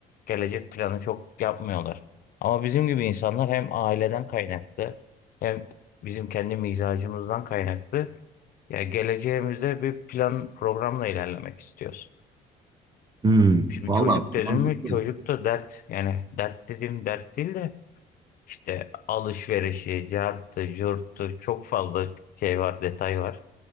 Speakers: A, on the left (about 60°); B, on the right (about 25°).
A: Gelecek planı çok yapmıyorlar. Ama bizim gibi insanlar hem aileden kaynaklı hem bizim kendi mizacımızdan kaynaklı ya geleceğimizde bir plan programla ilerlemek istiyoruz.
B: Hmm,
A: Şimdi
B: valla
A: çocuk dedim
B: mantıklı.
A: mi çocuk da dert. Yani dert dediğim dert değil de işte alışverişi, cartı, curtu çok fazla şey var, detay var.